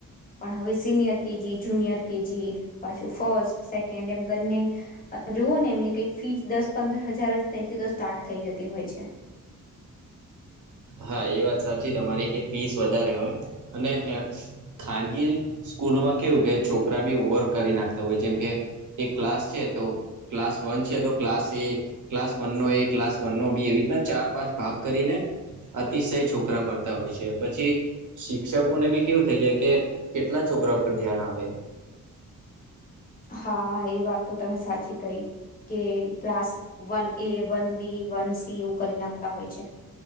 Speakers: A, on the left; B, on the right.
A: પણ હવે સિનિયર કેજી જુનિયર કેજી પાછું ફસ્ટ સેકન્ડ એમ કરીને ને એમની કઈક ફી દસ પંદર હજાર તેથી તો સ્ટાર્ટ થઈ જતી હોય છે.
B: હા એ વાત સાચી તમારી કે ફીસ વધારે હોય અને ખાનગી સ્કૂલોમાં કેવું કે છોકરા બી ઓવર કરી નાખતા હોય જેમ કે એક ક્લાસ છે તો ક્લાસ વન છે તો ક્લાસ એ ક્લાસ વન નો એ ક્લાસ વન નો બી એવી રીતના ચાર પાંચ ભાગ કરીને અતિશય છોકરા ભરતા હોય છે પછી શિક્ષકોને બી કેવું થઈ જાય કે કેટલા છોકરાઓ પર ધ્યાન આપે.
A: હા એ વાત તો તમે સાચી કઈ. કે class one A one B one C એવું કરી નાખતા હોય છે.